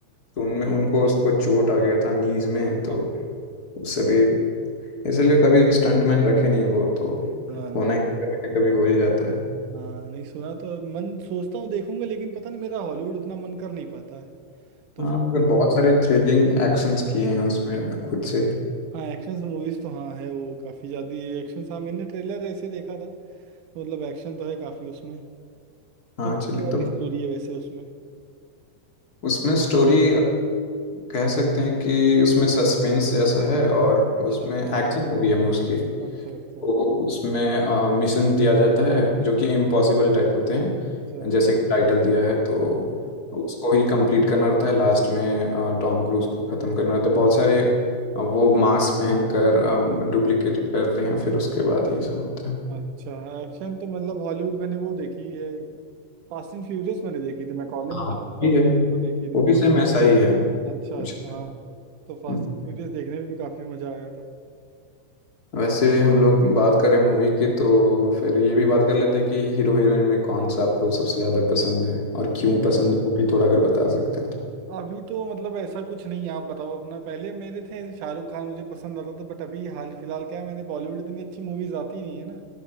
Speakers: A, on the left; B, on the right.
A: तो उनमें उनको उसको चोट आ गया था नीज में तो
B: हाँ
A: उससे भी इसलिए कभी स्टंटमैन रखे नहीं वो तो
B: हाँ हाँ
A: होना ही कभी ना कभी हो ही जाता है
B: हाँ, नहीं सुना तो मन सोचता हूँ देखूंगा लेकिन पता नहीं मेरा हॉलीवुड उतना मन कर नहीं पाता है तो
A: हाँ
B: फिर
A: मगर बहुत सारे थ्रिलिंग एक्शंस किए हैं उसमें खुद से
B: हाँ एक्शन मूवीज तो हाँ है वो काफी ज्यादा एक्शन हाँ मैंने ट्रेलर ऐसे देखा था तो मतलब एक्शन तो है काफी उसमें
A: हाँ
B: तो किस
A: चलिए
B: तरह
A: तो
B: की स्टोरी है वैसे उसमें
A: उसमें स्टोरी कह सकते हैं कि उसमें सस्पेंस जैसा है और
B: अच्छा
A: उसमें एक्शन मूवी है मोस्टली
B: अच्छा अच्छा
A: तो उसमें अ, मिशन दिया जाता है जो कि इम्पॉसिबल टाइप होते हैं
B: अच्छा
A: जैसे कि टाइटल दिया है तो
B: हाँ
A: उसको ही कंप्लीट करना रहता है लास्ट में अ, टॉम क्रूज को ख़त्म करना रहता है बहुत सारे अ, वो मास्क पहनकर डुप्लीकेट करते हैं फिर उसके बाद ये सब होता है
B: अच्छा एक्शन तो मतलब हॉलीवुड मैंने वो देखी है फास्ट एंड फ्यूरियस मैंने देखी थी मैं कॉलेज
A: हाँ
B: में
A: वो
B: था
A: भी
B: तब
A: है
B: वो देखी थी
A: वो भी सेम ऐसा ही है
B: अच्छा
A: कुछ
B: अच्छा हाँ तो फास्ट
A: हम्म,
B: एंड फ्यूरियस देखने में भी काफी मजा आया
A: वैसे हम लोग बात करें मूवी की तो फिर ये भी बात कर लेते हैं कि हीरो हीरोइन में कौन सा आपको सबसे ज़्यादा पसंद है और क्यों
B: था
A: पसंद है वो भी थोड़ा अगर बता सकते हैं तो।
B: अभी तो मतलब ऐसा कुछ नहीं है आप बताओ अपना पहले मेरे थे जैसे शाहरुख खान मुझे पसंद आता था बट अभी हाल फिलहाल क्या है मैंने बॉलीवुड इतनी अच्छी मूवीज आती नहीं है ना